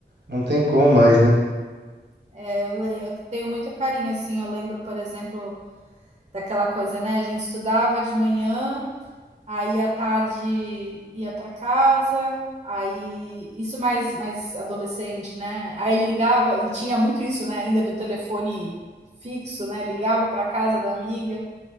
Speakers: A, on the right; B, on the right.
A: não tem como mais, né?
B: Eu, le- eu tenho muito carinho, assim. Eu lembro, por exemplo, daquela coisa, né? A gente estudava de manhã, aí à tarde ia para casa, aí isso mais, mais adolescente, né? Aí ligava, e tinha muito isso, né? Ainda do telefone fixo, né? Ligava para casa da amiga.